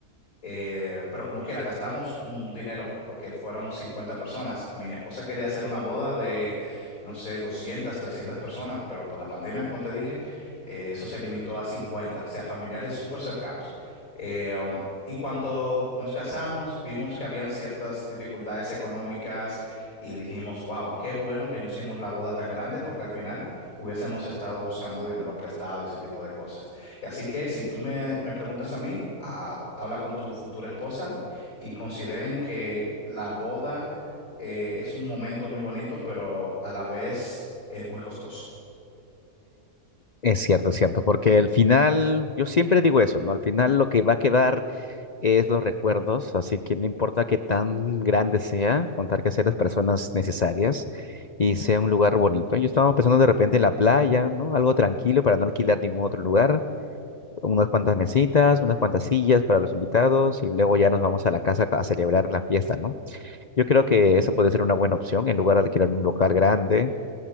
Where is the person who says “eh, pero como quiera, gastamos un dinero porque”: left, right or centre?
Left